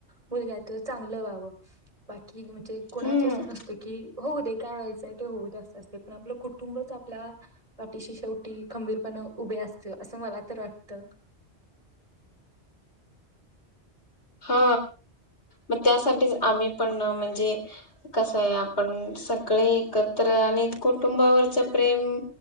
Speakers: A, on the right; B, on the left.
A: मुलग्याच चांगलं व्हावं बा कि म्हणजे कुणाच
B: हम्म
A: असं नसतं की होऊ दे काय व्हायचंय ते होऊ दे असं असतय पण आपलं कुटुंबच आपल्या पाठीशी शेवटी खंबीरपणा उभे असते असं मला तर वाट त
B: हा मग त्यासाठीच आम्ही पण म्हणजे कसं आहे आपण सगळे एकत्र आणि कुटुंबावरच प्रेम